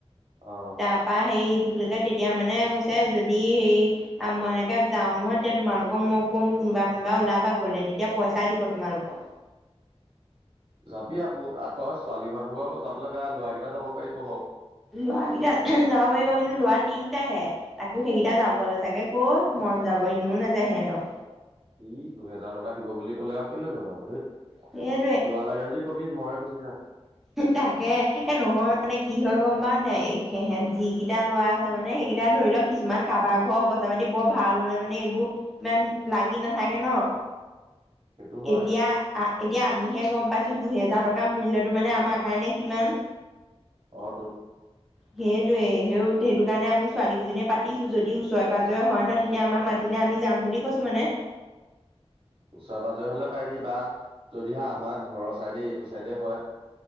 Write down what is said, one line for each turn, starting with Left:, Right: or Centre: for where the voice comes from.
Right: অ'
Centre: তাৰপা সেই <unintelligible> তেতিয়া মানে কৈছে যদি সেই মই এনেকে যাও নহয়, তেতিয়া তোমালোকক মই ক'ম কোনোবা কোনোবা ওলাবা গ'লে তেতিয়া পইচা দিব তোমালোকক।
Right: যাবি আকৌ এ, তই ছোৱালী মানুহ বাৰু যাবলৈ বেয়া ল'ৰা কেইটা যাব পাৰিব বাৰু।
Centre: লৰাকেইটা যাব পাৰিব কিন্তু লৰা তিনটাহে, তাকো সেইকেইটা যাবলে চাগে ক'। মন যাব ইনও নাযায় সিহঁতৰ।
Right: ই, দুহেজাৰ টকা দিব বুলি ক'লে আৰু কেলে নযাব ধৈত। ল'ৰা
Centre: সেইটোৱে
Right: লাগে যদি কবি ময়ে গুচি যাম।
Centre: তাকে এ নহয় মানে কি হয় গম পাওঁনে সেহেত যিকিটা ল'ৰা আছে মানে সেইকেইটা ধৰি লওক কিছুমান কাবাৰ ঘৰৰ অৱস্থা পাতি বৰ ভাল নহলে মানে এইবোৰ ইমান লাগি নাথাকে ন'। অ,
Right: সেইটো হয়
Centre: এতিয়া আ-এতিয়া আমিহে গম পাইছো দুহেজাৰ টকাৰ মূল্য। মানে আমাৰ কাৰণে কিমান?
Right: অটো।
Centre: সেইটোয়েই সেই-সেইটো কাৰণে আমি ছোৱালী কেইজননেীয়ে পাতিছো যদি ওচৰে পজৰে হয় নহয় তেতিয়া আমাক মাতি দিলে আমি যাম বুলি কৈছো মানে।
Right: ওচৰে পাজৰে হলে পাৰিবি বা যদিহে আমাৰ ঘৰৰ চাইডে এইটো চাইডে হয়।